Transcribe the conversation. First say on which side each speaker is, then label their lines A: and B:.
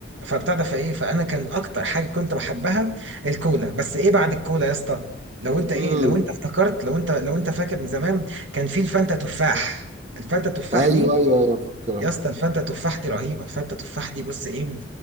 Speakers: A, on the right; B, on the right.
A: فبتاع في ايه فانا كان اكتر حاجه كنت بحبها الكولا بس ايه بعد الكولا يا اسطى لو انت ايه
B: امم
A: لو انت افتكرت لو انت لو انت فاكر من زمان كان في الفانتا تفاح الفانتا تفاح
B: ايوه
A: دي
B: ايوه ايوه فكرها
A: يا اسطى الفته تفاح دي رهيبه الفته تفاح دي بص ايه